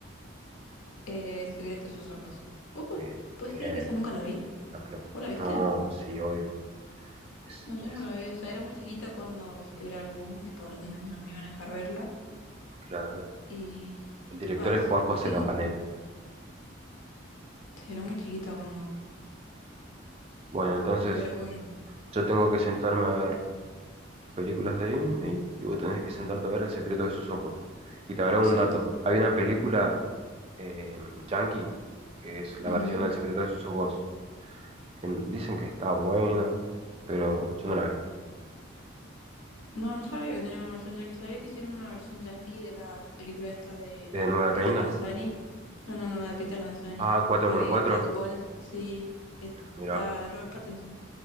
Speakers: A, on the left; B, on the right.
A: Eh, El secreto de sus ojos. Uh,
B: Bien,
A: ¿puedes
B: bien.
A: creer que esa nunca la vi?
B: La pro-
A: ¿Vos la viste?
B: No, sí, obvio. Es,
A: No, yo
B: es,
A: no la vi, o sea, era muy chiquita cuando era el boom, tipo a los 10 años no me iban a dejar verla
B: claro.
A: y...
B: El director
A: Va,
B: es
A: sí,
B: Juan José
A: sí,
B: Campanella.
A: sí, era muy chiquita cuando...
B: Bueno, entonces
A: Pero bueno,
B: yo tengo que sentarme a ver películas de Disney y vos tenés que sentarte a ver El secreto de sus ojos. Y te habrá un
A: sí.
B: dato. Hay una película eh, Yankee, que es la
A: Ujú.
B: versión del secreto de sus ojos, que dicen que está buena, pero yo no la vi.
A: No, no sabía que tenía una versión yankee, sabía que hicieron una versión yankee de la película esta de
B: ¿Es de Nueve Reinas?
A: Peter Lanzani. No, no, no, la de Peter Lanzani,
B: Ah, cuatro
A: la
B: por
A: que
B: cuatro
A: está tipo en... Sí, está
B: mira
A: Robert Pattinson.